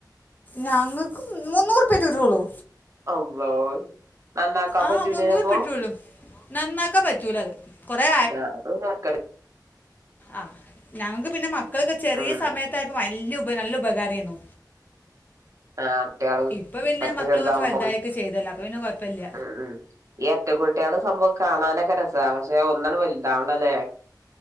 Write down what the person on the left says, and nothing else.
ഞങ്ങൾക്ക് മുന്നൂറുപ്പിയെറ്റെ കിട്ടീട്ടൊള്ളൂ
ആ
മുന്നൂറ്
പിട്ടുള്ളൂ നന്നാക്കാൻ പറ്റൂല അത് കുറേ
ആഹ് ഞങ്ങൾക്ക് പിന്നെ മക്കൾ ഒക്കെ ചെറിയ
സമയത്ത് തായിപ്പോ വല്യ ഉപ നല്ല ഉപകാരേന്നു
ഇപ്പ പിന്നെ
മക്കള്
കൊറച്ച് വലുതായി ഒക്കെ ചെയ്തല്ലോ അപ്പൊ പിന്നെ കൊഴപ്പില്ല